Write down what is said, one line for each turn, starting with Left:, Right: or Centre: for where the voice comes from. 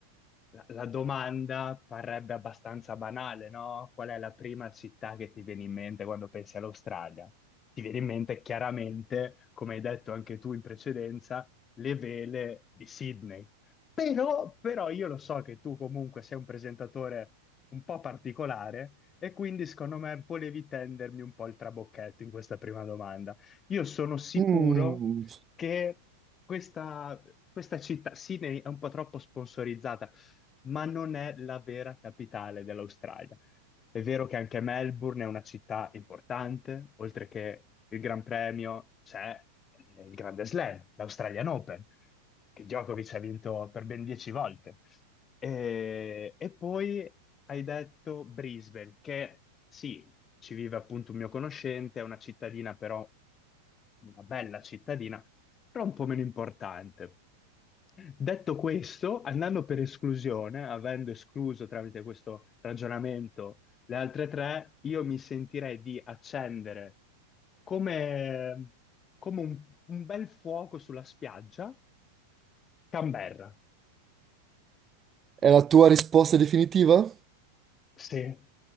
Left: la, la domanda parrebbe abbastanza banale, no? Qual è la prima città che ti viene in mente quando pensi all'Australia? Ti viene in mente chiaramente, come hai detto anche tu in precedenza, le vele di Sydney. Però, però io lo so che tu comunque sei un presentatore un po' particolare e quindi secondo me volevi tendermi un po' il trabocchetto in questa prima domanda. Io sono sicuro
Right: Mm,
Left: che questa, questa città, Sydney, è un po' troppo sponsorizzata, ma non è la vera capitale dell'Australia. È vero che anche Melbourne è una città importante, oltre che il Gran Premio c'è eh, il Grande Slam, l'Australian Open, che Djokovic ha vinto per ben dieci volte. E, e poi hai detto Brisbane, che sì, ci vive appunto un mio conoscente, è una cittadina però, una bella cittadina, però un po' meno importante. Detto questo, andando per esclusione, avendo escluso tramite questo ragionamento le altre tre, io mi sentirei di accendere come, come un, un bel fuoco sulla spiaggia, Canberra.
Right: È la tua risposta definitiva?
Left: Sì,